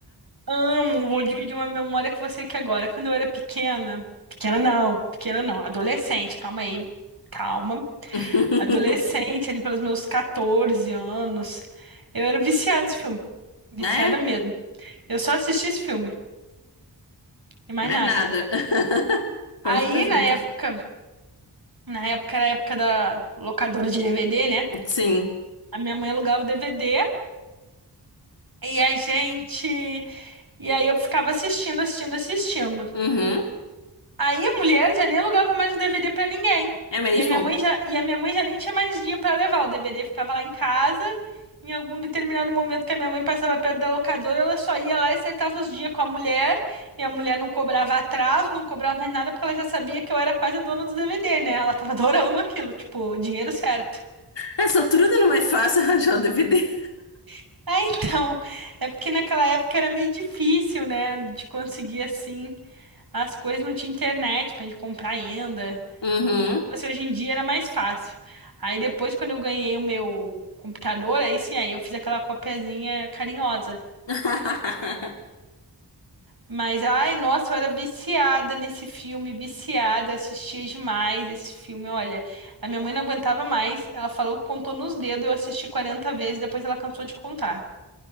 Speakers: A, on the right; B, on the left.
A: amo. Vou dividir uma memória com você aqui agora. Quando eu era pequena. Pequena não, pequena não. Adolescente, calma aí. Calma.
B: <laughs>
A: Adolescente, ali pelos meus 14 anos. Eu era viciada nesse filme. Viciada
B: É?
A: mesmo. Eu só assisti esse filme e mais
B: Mais
A: nada.
B: nada. <laughs> Vamos
A: Aí,
B: estar juntas.
A: na época. Na época era a época da locadora de DVD, né?
B: Sim.
A: A minha mãe alugava o DVD e a gente. E aí eu ficava assistindo, assistindo, assistindo.
B: Uhum.
A: Aí a mulher já nem alugava mais o DVD pra ninguém.
B: É mesmo?
A: E a minha mãe já, e a minha mãe já nem tinha mais dia pra levar. O DVD ficava lá em casa. Em algum determinado momento que a minha mãe passava perto da locadora, ela só ia lá e acertava os dias com a mulher. E a mulher não cobrava atraso, não cobrava mais nada, porque ela já sabia que eu era quase a dona do DVD, né? Ela tava adorando aquilo, tipo, dinheiro certo.
B: Essa altura não é mais fácil <laughs> arranjar o DVD.
A: <laughs> É, então, é porque naquela época era meio difícil, né, de conseguir assim as coisas, não tinha internet pra gente comprar ainda.
B: Uhum.
A: Se fosse hoje em dia era mais fácil. Aí depois, quando eu ganhei o meu computador, aí sim, aí eu fiz aquela copiazinha carinhosa.
B: <laughs>
A: Mas, ai, nossa, eu era viciada nesse filme, viciada, assistia demais esse filme. Olha, a minha mãe não aguentava mais, ela falou que contou nos dedos, eu assisti 40 vezes, depois ela cansou de contar.